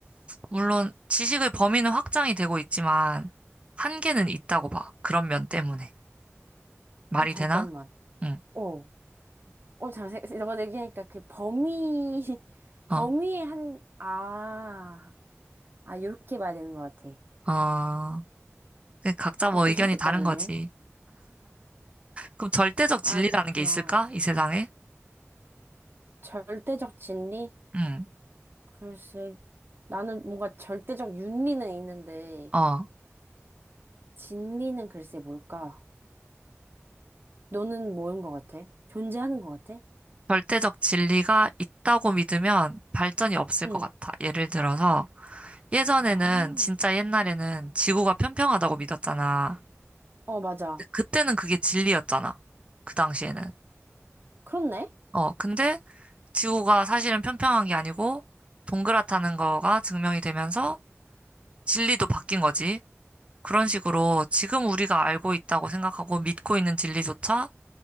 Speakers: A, on the right (about 25°); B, on the right (about 45°).
A: 물론 지식의 범위는 확장이 되고 있지만, 한계는 있다고 봐. 그런 면 때문에. 말이
B: 어, 잠깐만.
A: 되나? 응,
B: 어, 어, 잠, 세- 너가 얘기하니까 그 범위, <laughs>
A: 어,
B: 범위의 한, 아, 아, 요렇게 봐야 되는 것 같아.
A: 어. 근데 각자 뭐
B: 어, 또
A: 의견이
B: 설득당했네.
A: 다른 거지. 그럼 절대적
B: 아,
A: 진리라는
B: 그렇구나.
A: 게 있을까? 이 세상에?
B: 절대적 진리?
A: 응,
B: 글쎄, 나는 뭔가 절대적 윤리는 있는데,
A: 어.
B: 진리는 글쎄 뭘까? 너는 뭐인 것 같아? 존재하는 것 같아?
A: 절대적 진리가 있다고 믿으면 발전이 없을
B: 응.
A: 것 같아. 예를 들어서 예전에는
B: 아,
A: 진짜 옛날에는 지구가 평평하다고 믿었잖아.
B: 어, 맞아.
A: 근데 그때는 그게 진리였잖아. 그 당시에는.
B: 그렇네.
A: 어, 근데 지구가 사실은 평평한 게 아니고 동그랗다는 거가 증명이 되면서 진리도 바뀐 거지. 그런 식으로 지금 우리가 알고 있다고 생각하고 믿고 있는 진리조차